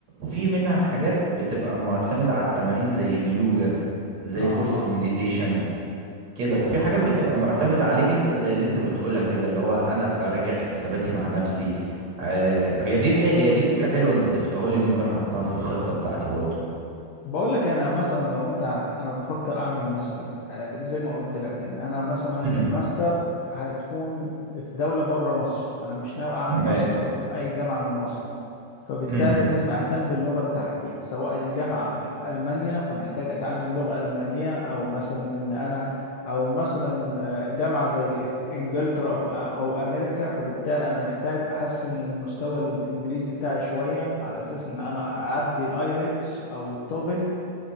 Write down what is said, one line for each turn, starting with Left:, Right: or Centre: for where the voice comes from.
Right: في منها حاجات بتبقى معتمدة على التمارين زي اليوجا زي
Left: اه
Right: كورس
Left: اه
Right: المديتيشن كده وفي حاجات
Left: لا
Right: بتبقى
Left: لا لا
Right: معتمدة عليك انت زي اللي انت بتقولها كده اللي هو انا ابقى راجع حساباتي مع نفسي آه هي دي حي... هي دي فكرة حلوة انت ضفتها لي ممكن احطها في الخطة بتاعتي برضو
Left: بقول لك انا مثلا لو انت انا بفكر اعمل ماستر آه، زي ما قلت لك ان انا مثلا
Right: امم
Left: الماستر هتكون في دولة بره مصر انا مش ناوي اعمل
Right: تمام
Left: ماستر في اي جامعة من مصر فبالتالي
Right: امم
Left: لازم اهتم باللغة بتاعتي سواء الجامعة في المانيا فمحتاج اتعلم لغة المانية او مثلا ان انا او مثلا آه، جامعة زي في انجلترا او أو امريكا فبالتالي انا محتاج احسن من مستوى الانجليزي بتاعي شوية على اساس ان انا اعدي الايلتس او التوفل